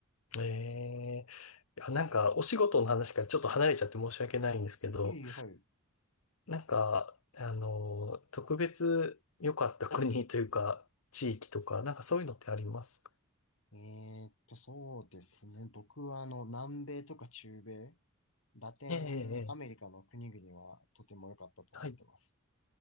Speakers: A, on the left (about 85°); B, on the left (about 70°).
A: ええいやなんかお仕事の話からちょっと離れちゃって申し訳ないんですけど、
B: いい、はい。
A: なんか、あの、特別良かった国というか、<laughs> 地域とか、なんかそういうのってありますか
B: えーっと、そうですね。僕はあの、南米とか中米、ラテンアメリカの国々はとても良かったと思ってます。
A: ええ、ええ、ええはい。